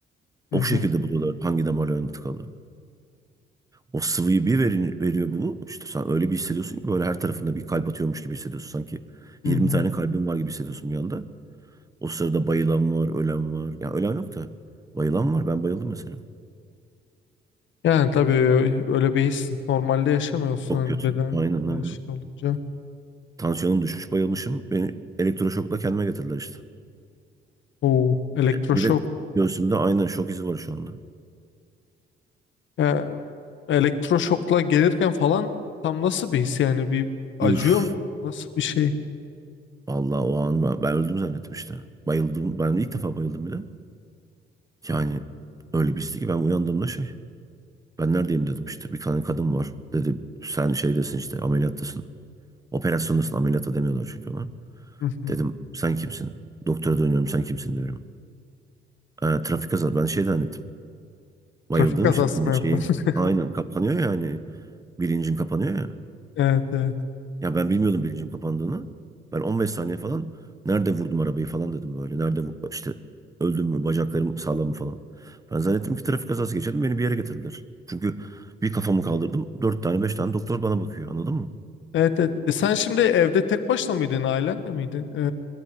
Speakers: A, on the left; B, on the right.
A: Hı
B: O
A: hı.
B: şekilde buluyorlar hangi damarların tıkalı. O sıvıyı bir verin, veriyor bu. İşte sen öyle bir hissediyorsun ki böyle her tarafında bir kalp atıyormuş gibi hissediyorsun. Sanki
A: Hı
B: 20
A: hı.
B: tane kalbin var gibi hissediyorsun bir anda. O sırada bayılan var, ölen var. Ya ölen yok da bayılan var. Ben bayıldım mesela.
A: Yani tabii öyle bir his normalde yaşamıyorsun
B: Çok
A: hani
B: kötü.
A: birden
B: Aynen aynen.
A: e, şey olunca.
B: Tansiyonum düşmüş, bayılmışım. Beni elektroşokla kendime getirdiler işte.
A: O elektroşok.
B: Bir de göğsümde aynen şok izi var şu anda.
A: Ya, elektroşokla gelirken falan tam nasıl bir his yani bir acıyor
B: Üf.
A: mu? Nasıl bir şey?
B: Vallahi o an ben, ben öldüm zannettim işte. Bayıldım. Ben ilk defa bayıldım bir de. Yani öyle bir histi ki ben uyandığımda şey. Ben neredeyim dedim işte. Bir tane kadın var. Dedi sen şeydesin işte ameliyattasın. Operasyondasın ameliyatta demiyorlar çünkü ona.
A: Hı hı.
B: Dedim sen kimsin? Doktora dönüyorum sen kimsin diyorum. "Ee, trafik kazası. Ben şey zannettim. Bayıldığım
A: Trafik kazası
B: için hani
A: mı yaptın?
B: şey
A: <laughs>
B: aynen kapanıyor ya hani bilincin kapanıyor ya.
A: Evet evet.
B: Ya ben bilmiyordum bilincim kapandığını. Ben 15 saniye falan nerede vurdum arabayı falan dedim böyle. Nerede vu- işte öldüm mü bacaklarım sağlam mı falan. Ben zannettim ki trafik kazası geçirdim beni bir yere getirdiler. Çünkü bir kafamı kaldırdım dört tane beş tane doktor bana bakıyor anladın mı?
A: Evet, evet. E sen şimdi evde tek başına mıydın, ailenle miydin? E,